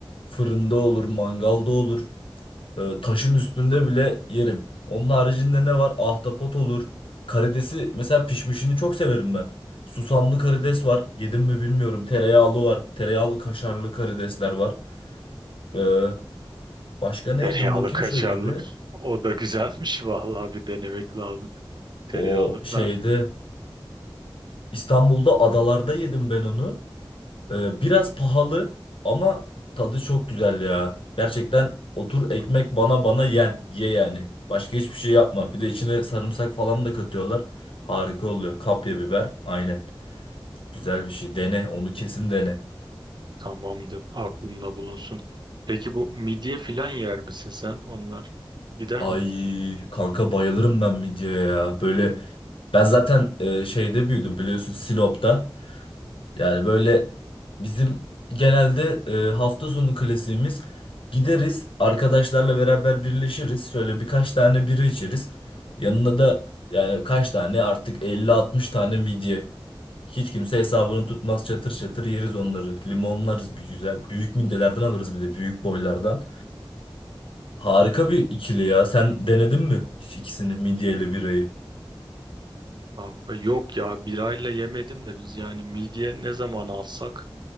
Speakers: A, on the left (about 70°); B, on the right (about 55°).
A: Fırında olur, mangalda olur. Ee, taşın üstünde bile yerim. Onun haricinde ne var? Ahtapot olur. Karidesi mesela pişmişini çok severim ben. Susamlı karides var. Yedim mi bilmiyorum. Tereyağlı var. Tereyağlı kaşarlı karidesler var. Ee, başka ne
B: Tereyağlı
A: yedim bakayım
B: kaşarlı.
A: şöyle bir.
B: O da güzelmiş vallahi bir denemek lazım. Tereyağlı.
A: O şeyde
B: Ben,
A: İstanbul'da adalarda yedim ben onu. Ee, biraz pahalı ama tadı çok güzel ya. Gerçekten otur ekmek bana bana yen. Ye yani. Başka hiçbir şey yapma. Bir de içine sarımsak falan da katıyorlar. Harika oluyor. Kapya biber. Aynen. Güzel bir şey. Dene. Onu kesin dene.
B: Tamamdır. Aklında bulunsun. Peki bu midye filan yer misin sen? Onlar gider
A: Ay
B: mi?
A: kanka bayılırım ben midyeye ya. Böyle ben zaten e, şeyde büyüdüm biliyorsun Sinop'ta. Yani böyle bizim genelde e, hafta sonu klasiğimiz gideriz arkadaşlarla beraber birleşiriz. Şöyle birkaç tane bira içeriz. Yanına da yani kaç tane artık elli altmış tane midye. Hiç kimse hesabını tutmaz çatır çatır yeriz onları. Limonlarız bir güzel. Büyük midyelerden alırız bir de büyük boylardan. Harika bir ikili ya. Sen denedin mi hiç ikisini midye ile birayı?
B: Kanka yok ya birayla yemedim de biz yani midye ne zaman alsak